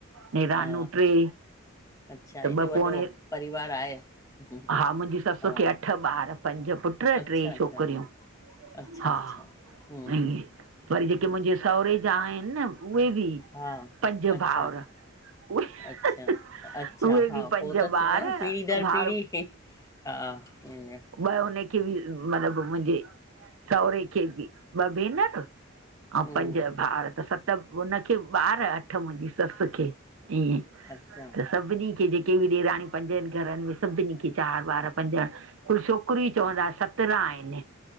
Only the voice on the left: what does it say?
हा,
अच्छा,
एॾो
वॾो परिवार आहे, हम्म,
हा,
अच्छा,
अच्छा,
अच्छा,
अच्छा, हम्म,
हम्म,
हा,
अच्छा!
अच्छा-अच्छा
हा,
पोइ त
थींदो न पीढ़ी दर
पीढ़ी हा, इय!
हम्म,
अच्छा